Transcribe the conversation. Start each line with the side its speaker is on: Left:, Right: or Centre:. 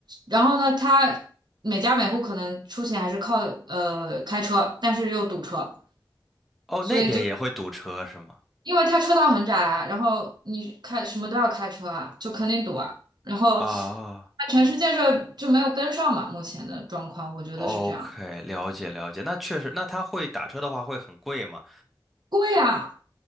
Right: 然后呢，它每家每户可能出行还是靠呃开车，但是又堵车。
Centre: 哦，
Right: 所以就
Centre: 那边也会堵车是吗？
Right: 因为它车道很窄啊，然后你开什么都要开车啊，就肯定堵啊。然后
Centre: 啊
Right: 它城市建设就没有跟上嘛，目前的状况我觉得是这样，
Centre: ，OK，了解了解。那确实，那他会打车的话会很贵吗？
Right: 贵啊，